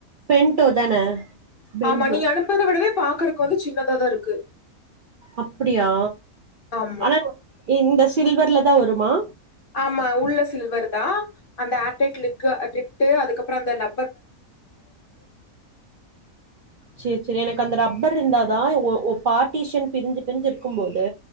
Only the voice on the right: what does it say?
பென்டோ தான பென்டோ
அப்படியா
ஆனா இந்தஸ் சில்வர்ல தா வருமா
சரி சரி எனக்கு அந்த ரப்பர் இருந்தா தா ஒ ஒ பார்ட்டிஷியன் பிரிஞ்சு பிரிஞ்சு இருக்கும்போது